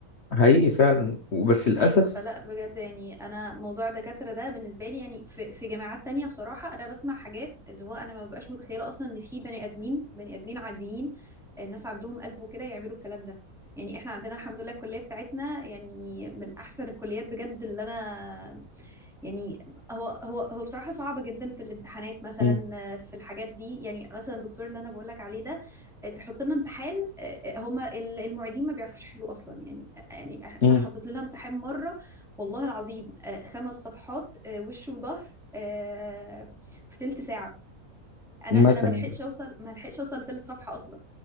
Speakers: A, on the left; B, in the centre.
A: حقيقي فعلا وبس للأسف
B: ايوه فلا بجد يعني انا موضوع الدكاتره ده بالنسبه لي يعني في في جامعات تانية بصراحه انا بسمع حاجات اللي هو انا ما ببقاش متخيله اصلا ان في بني ادمين بني ادمين عاديين الناس عندهم قلب وكده يعملوا الكلام ده يعني احنا عندنا الحمد لله الكليه بتاعتنا يعني من احسن الكليات بجد اللي انا يعني هو هو هو بصراحة صعبة جدا في الامتحانات مثلا
A: مم.
B: آه، في الحاجات دي يعني مثلا الدكتور اللي انا بقول لك عليه ده آه، بيحط لنا امتحان آه، آه، هما ال- المعيدين ما بيعرفوش يحلوا اصلا يعني آه، يعني إح-
A: مم.
B: كان حاطط لنا امتحان مرة والله العظيم آه، خمس صفحات آه، وش وظهر آه، في تلت ساعة انا
A: مثلا
B: انا ما لحقتش اوصل ما لحقتش اوصل لتلت صفحة اصلا